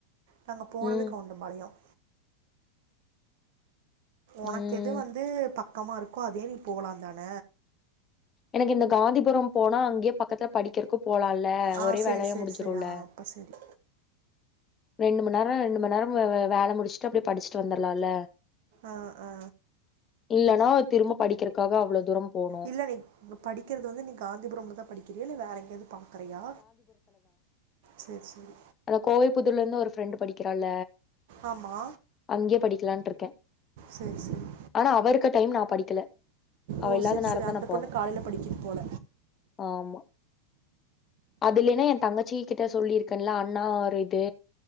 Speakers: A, on the right; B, on the left.
A: நாங்க போனது
B: ம்
A: கவுண்டம்பாளையம் ஒனக்கெது
B: ம்
A: வந்து பக்கமாருக்கோ அதே நீ போலாந்தான
B: எனக்கிந்த காந்திபுரம் போனா அங்கே பக்கத்ல படிக்றக்கு போலால
A: ஆ
B: ஒரே
A: சேரி
B: வேலயா
A: சேரி
B: முடிஞ்சிருல
A: சேரி ஆ அப்ப சேரி
B: ரெண்டுமண் நேரோ ரெண்டுமண் நேரோ வேல முடிச்ட்டு அப்டே படிச்ட்டு வந்தர்லால
A: ஆ ஆ
B: இல்லனா திரும்ப படிக்கிறக்காக அவ்வளோ தூரம் போணும்
A: இல்ல நீ படிக்கிறது வந்து நீ காந்திபுரம்ல தா படிக்கிறிய இல்ல வேற எங்கியாவது பா க்கறையா செரி செரி
B: அதா கோவை புதூர்லருந்து ஒரு ஃப்ரெண்டு் படிக்கிறால
A: ஆமா
B: அங்கியே படிக்கலான்ட்டு ருக்கே
A: சேரி சேரி
B: ஆனா அவ இருக்க டைம் நா படிக்கல அவ
A: ஓ
B: இல்லாத
A: செரி
B: நேரந்தா
A: செரி அந்த
B: நா
A: பொண்ணு
B: போவே
A: காலையில படிக்கிது போல
B: ஆமா அதுலின்னா என தங்கச்சி கிட்ட சொல்லியிருக்கேன்ல அண்ணா ஒரு இது